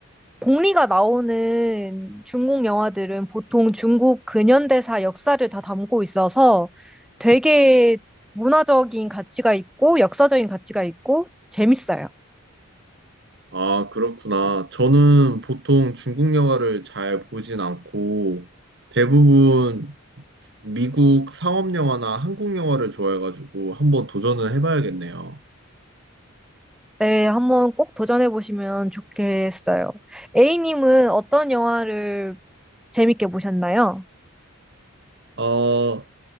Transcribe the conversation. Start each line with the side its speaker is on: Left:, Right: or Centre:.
Centre: 공리가 나오는 중국 영화들은 보통 중국 근현대사 역사를 다 담고 있어서 되게 문화적인 가치가 있고 역사적인 가치가 있고 재밌어요.
Right: 아, 그렇구나. 저는 보통 중국 영화를 잘 보진 않고 대부분 미국 상업 영화나 한국 영화를 좋아해가지고 한번 도전을 해봐야겠네요.
Centre: 네, 한번 꼭 도전해 보시면 좋겠어요. A님은 어떤 영화를 재밌게 보셨나요?
Right: 어,